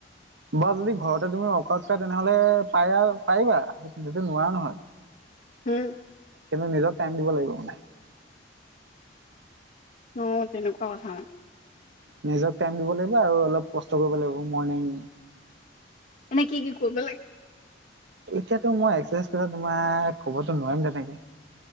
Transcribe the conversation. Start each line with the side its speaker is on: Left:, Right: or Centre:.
Right: বা যদি ঘৰতে তুমি অকত খাই তেনেহলে পাৰা পাৰিবা তেটো নোৱাৰা নহয়।
Left: হম।
Right: কিন্তু নিজক টাইম দিব লাগিব মানে।
Left: অ, তেনেকুৱা কথা মানে।
Right: নিজ টাইম দিব লাগিব আৰু অলপ কষ্ট কৰিব লাগিব মৰ্নিং
Left: ন কি- কি কৰিব লাগে।
Right: এতিয়াতো মই এক্সাৰচাইজ কেইটা তোমাৰ কবতো নোৱাৰিম তেনেকে।